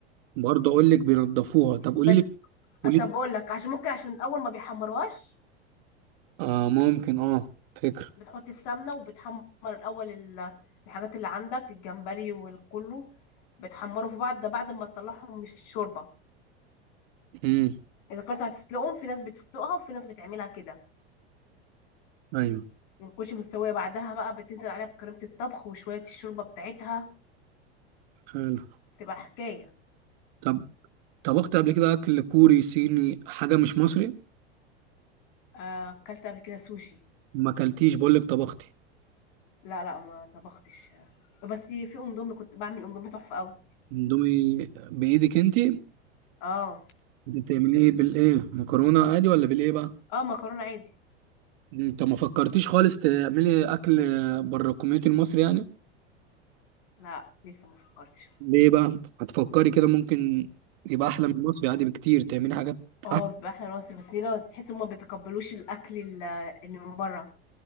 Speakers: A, on the right; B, on the left.
A: برضه اقول لك بينضفوها طب قولي
B: بس
A: لي قولي
B: طب
A: لي
B: اقول لك عشان ممكن عشان اول ما بيحمروهاش
A: اه ممكن اه فكره
B: بتحط السمنة وبتحمر الاول ال- الحاجات اللي عندك الجمبري والكله بتحمره في بعض ده بعد ما تطلعهم من الشوربة
A: امم
B: اذا كنت هتسلقهم في ناس بتسلقها وفي ناس بتعملها كده
A: ايوه
B: ما بتكونش مستوية بعدها بقى بتنزل عليها بكريمة الطبخ وشوية الشوربة بتاعتها
A: حلو
B: تبقى حكاية
A: طب طبخت قبل كده اكل كوري صيني حاجه مش مصري
B: آه، اكلت قبل كده سوشي
A: ما اكلتيش بقول لك طبختي
B: لا لا ما طبختش بس في اندومي كنت بعمل اندومي تحفه قوي
A: اندومي بايدك انت
B: اه
A: بتعمليه ايه؟ بالايه مكرونه عادي ولا بالايه بقى
B: اه مكرونه عادي
A: انت ما فكرتيش خالص تعملي اكل بره الكوميونتي المصري يعني
B: لا لسه ما فكرتش
A: ليه بقى هتفكري كده ممكن يبقى احلى من مصر عادي بكتير تعملي حاجات
B: اه
A: احلى
B: باحلى ناصر بس هنا تحس ان ما بيتقبلوش الاكل ال- اللي من بره